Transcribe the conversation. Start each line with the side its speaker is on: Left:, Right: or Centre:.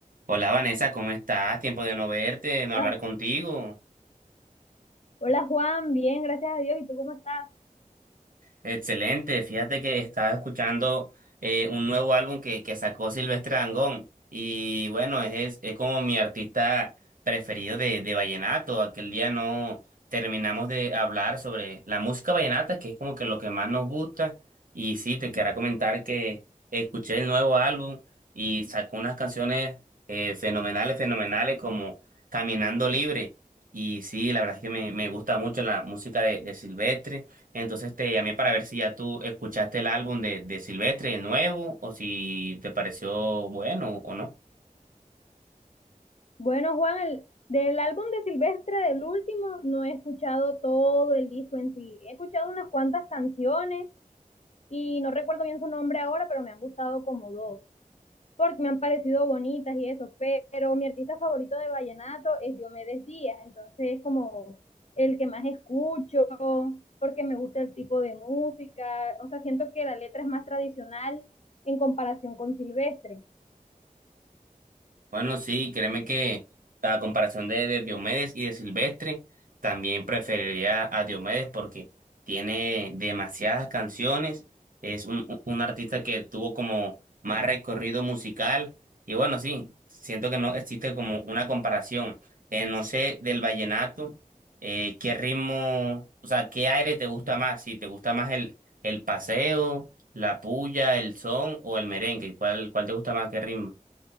Right: Hola Vanessa, ¿cómo estás? Tiempo de no verte, de no
Left: Hola,
Right: hablar contigo.
Left: hola, Juan, bien, gracias a Dios. ¿Y tú cómo estás?
Right: Excelente, fíjate que estaba escuchando eh, un nuevo álbum que, que sacó Silvestre Dangond y bueno, es, es como mi artista preferido de, de vallenato. Aquel día no terminamos de hablar sobre la música vallenata, que es como que lo que más nos gusta. Y sí, te quería comentar que escuché el nuevo álbum y sacó unas canciones eh, fenomenales, fenomenales como Caminando Libre. Y sí, la verdad es que me, me gusta mucho la música de, de Silvestre. Entonces te llamé para ver si ya tú escuchaste el álbum de, de Silvestre, el nuevo, o si te pareció bueno o no.
Left: Bueno, Juan, el, del álbum de Silvestre, del último, no he escuchado todo el disco en sí. He escuchado unas cuantas canciones y no recuerdo bien su nombre ahora, pero me han gustado como dos, porque me han parecido bonitas y eso. Pero mi artista favorito de vallenato es Diomedes Díaz, entonces es como el que más escucho, porque me gusta el tipo de música. O sea, siento que la letra es más tradicional en comparación con Silvestre.
Right: Bueno, sí, créeme que a comparación de, de Diomedes y de Silvestre, también preferiría a Diomedes porque tiene demasiadas canciones, es un, un un artista que tuvo como más recorrido musical y bueno, sí, siento que no existe como una comparación. Eh, no sé, del vallenato, eh, ¿qué ritmo, o sea, qué aire te gusta más? Si te gusta más el, el paseo, la puya, el son o el merengue, ¿cuál, cuál te gusta más, qué ritmo?